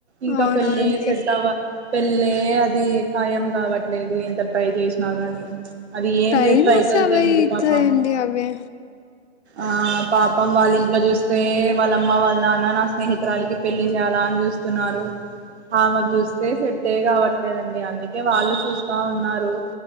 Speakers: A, on the right (about 75°); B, on the left (about 85°).
A: ఇంకా
B: అవునండి
A: పెళ్ళి సెటవ పెళ్ళి అది కాయం కావట్లేదు ఎంత ట్రై చేసినా గానీ అది ఏం
B: టైం
A: చేస్తా అయితుందో
B: వస్తే అవే
A: తెలిదు
B: ఇస్తాయండి
A: పాపం
B: అవే
A: ఆ పాపం వాళ్ళ ఇంట్లో చూస్తే వాళ్ళమ్మ వాళ్ళ నాన్న నా స్నేహితురాలకి పెళ్లి చేయాలా అని చూస్త తున్నారు ఆమెకు చూస్తే సెట్టే కావట్లేదండి అందుకే వాళ్ళు చూస్తా ఉన్నారు